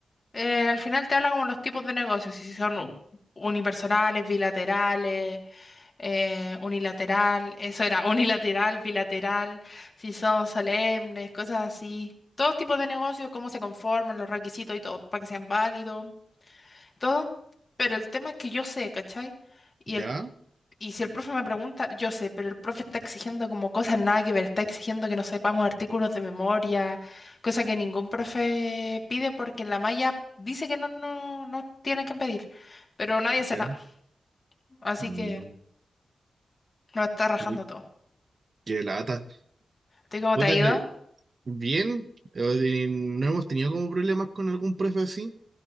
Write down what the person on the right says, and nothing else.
¿Ya?
¿Ya?
Mm,
uy,
qué lata.
Puta,
ne- bien, eh, no hemos tenido como problemas con algún profe así.